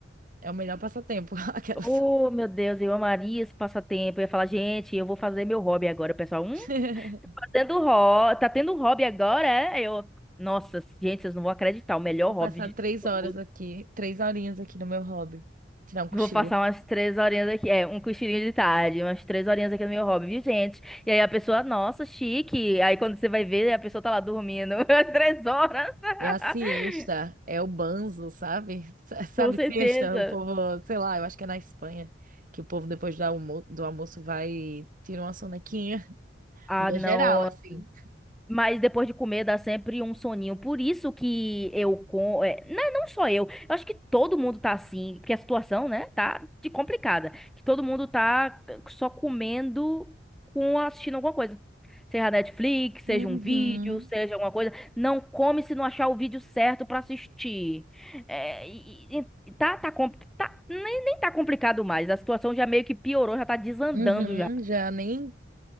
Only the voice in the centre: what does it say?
Oh, meu Deus, eu amaria esse passatempo. Eu ia falar, gente, eu vou fazer meu hobby agora, o pessoal.
Fazendo hobby, tá tendo um hobby agora, é? Eu, nossa, gente, vocês não vão acreditar, o melhor
hobby
de
todos.
Vou passar umas três horinhas aqui, é, um cochilinho de tarde, umas três horinhas aqui no meu hobby, viu, gente? E aí a pessoa, nossa, chique. Aí quando você vai ver, a pessoa tá lá dormindo, <laughs> às três horas. <laughs>
Com certeza.
Ah,
não.
Mas depois de comer dá sempre um soninho. Por isso que eu com, é, não, não só eu, eu acho que todo mundo tá assim, porque a situação, né, tá de complicada, que todo mundo tá só comendo com assistindo alguma coisa. Seja Netflix, seja
um vídeo, seja alguma coisa, não come se não achar o vídeo certo pra assistir. É, e- e- e tá, tá, compli- tá- nem, nem tá complicado mais. A situação já meio que piorou, já tá desandando
já.